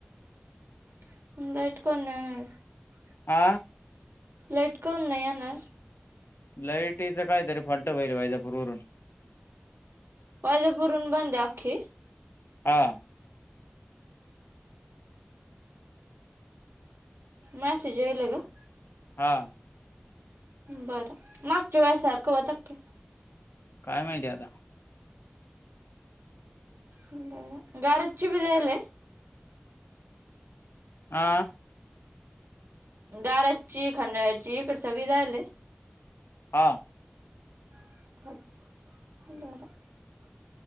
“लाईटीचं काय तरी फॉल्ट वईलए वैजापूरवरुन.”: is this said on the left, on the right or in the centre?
Left